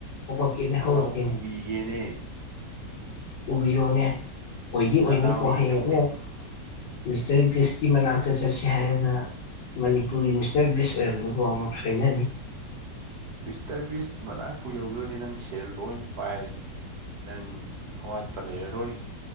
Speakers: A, on the left; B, on the right.
A: ꯍꯧꯔꯛꯀꯦꯅꯦ
B: ꯅꯇꯥꯎ
A: ꯍꯧꯔꯛꯀꯦꯅꯦ
B: ꯄꯨꯕꯤꯒꯦꯅꯦ
A: ꯄꯨꯕꯤꯔꯣꯅꯦ ꯑꯣꯏꯗꯤ ꯑꯣꯏꯅꯤꯀꯣ
B: ꯅꯗꯥꯎ ꯌꯦꯡꯖꯧꯅꯦ
A: ꯍꯌꯦꯡ ꯑꯃꯨꯛ ꯃꯤꯁꯇ꯭ꯔ ꯕꯤꯁꯀꯤ ꯃꯅꯥꯛꯇ ꯆꯠꯁꯦ ꯍꯥꯏꯔꯒ ꯃꯅꯤꯄꯨꯔꯒꯤ ꯃꯤꯁꯇ꯭ꯔ ꯕꯤꯁ ꯑꯣꯏꯔꯝꯗꯅ ꯑꯃꯨꯛ ꯁꯣꯏꯅꯅꯤ
B: ꯃꯤꯁꯇ꯭ꯔ ꯕꯤꯁꯀꯤ ꯃꯅꯥꯛꯄꯨ ꯌꯧꯈ꯭ꯔꯗꯤ ꯅꯪ ꯁꯦꯜ ꯂꯣꯏ ꯄꯥꯏꯔꯦ ꯅꯪ ꯑꯋꯥꯠꯄ ꯂꯩꯔꯔꯣꯏ